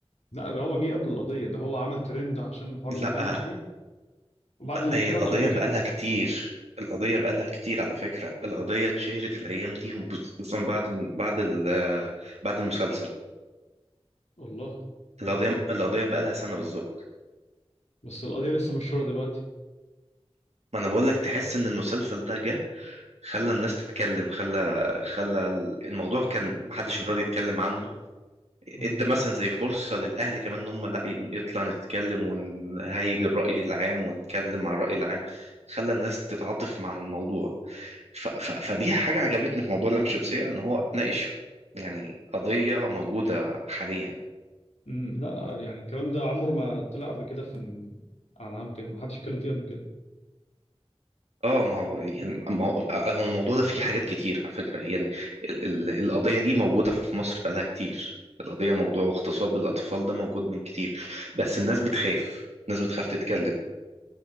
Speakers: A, on the left (about 80°); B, on the right (about 80°).
A: لا ده هو جه قبل القضيه ده هو عمل ترند عشان الحوار
B: لا
A: اللي اتكلم فيه وبعد ال-
B: هي
A: كده
B: القضية
A: القضيه جت
B: بقالها كتير القضية بقالها كتير على فكرة القضية اتشهرت الايام دي خصوصا بعد بعد ال- بعد المسلسل
A: والله
B: القضية القضية بقالها سنة بالظبط
A: بس القضيه لسه مشهوره دلوقتي
B: ما انا بقول لك تحس ان المسلسل ده جه خلى الناس تتكلم خلى خلى الموضوع كان محدش راضي يتكلم عنه
A: امم
B: ادى مثلا زي فرصة للأهل كمان إن هم لا يطلع نتكلم ونهيج الرأي العام ونتكلم مع الرأي العام خلى الناس تتعاطف مع الموضوع ف ف فدي حاجة عجبتني في موضوع لام شمسية إن هو ناقش يعني قضية موجودة حاليا
A: أمم، لا يعني الكلام ده عمره ما طلع قبل كده في على عام كده ما حدش اتكلم فيه قبل كده
B: اه ما هو يعني ما هو هو الموضوع ده فيه حاجات كتير على فكرة يعني ال ال القضية دي موجودة في مصر بقالها كتير القضية موضوع اغتصاب الأطفال ده موجود من كتير بس الناس بتخاف الناس بتخاف تتكلم